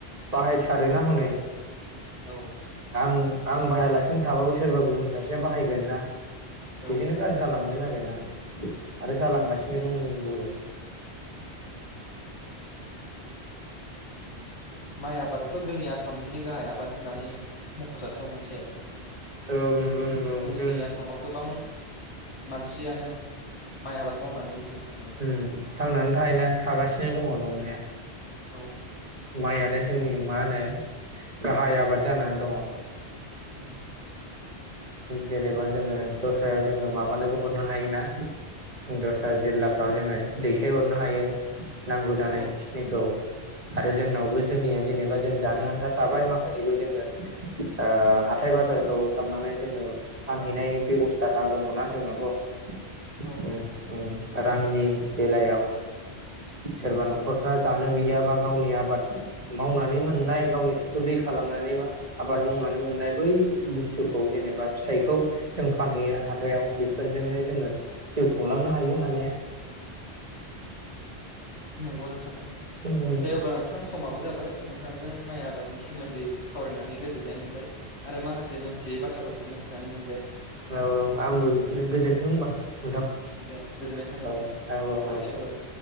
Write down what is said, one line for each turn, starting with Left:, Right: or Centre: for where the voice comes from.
Right: बाहायथारोना हनै
Left: औ
Right: आं आं बाहायालासिनो थाबाबो सोरबा गुबुन सासेया बाहायगोन ना
Left: औ
Right: बिजोंनो गाज्रि जालांगोन आरो ना आरो जालांगासिनो रं बो
Left: माइ आबादाथ' जोंनि आसामनिनो गाहाय आबाद होननानै मख'जाथाव मोनसे
Right: औ नंगौ नंगौ
Left: जोंनि
Right: जों
Left: आसामाव गोबां मानसियानो माइ आबाद मावनानै जिउ खुङो
Right: उम थांनानै थाहोन थागासिनो दङ दंनाया
Left: औ
Right: माइआनो जोंनि मा होनो गाहाय आबाद जानानै दङ।
Left: उम
Right: जेनेबा जोङो दस्रायाव जोङो माबानोबो हरनो हाय ना दस्रा जिल्लाफ्राव जोङो दैथायहरनो हायो। नांगौ जानाय
Left: औ
Right: खिनिखौ आरो जोंनावबो जोंनिया जेनेबा जों जानो आन्था थाबाय माखासेखौ जोङो ओ हाथाय बाजारफ्राव थांनानै जोङो फानहैनाय बेबस्था दङना जोंनावथ'
Left: औ
Right: उम उम रांनि बेलायाव सोरबा न'खरफ्रा जानो गैयाबा गावनि आबाद मावनानै मोननाय गावनि थैखौ दै खालामनानै बा आबाद मावनानै मोननाय बै बुस्थुखौ जेनेबा बा फिथाइखौ जों फानहैयो हाथायाव बेफोरजोंनो जोङो जिउ खुंलांनो हायो हानाया
Left: नंगौ नोंथां
Right: उम
Left: दे अब्ला नोंथां समाबो जाबाय नोंथांजों माइ आबादनि सोमोन्दै सावरायनानै गोजोननाय मोनबाय आरो माखासे मोनथियै बाथ्राफोरखौ मोनथिनानै मोनबाय
Right: औ औ आंबो बिदिनो गोजोनथों होनबा नोंथां
Left: दे गोजोननाय थाबाय
Right: औ
Left: नोंथां
Right: औ औ
Left: लाखिथ'बाय
Right: औ दे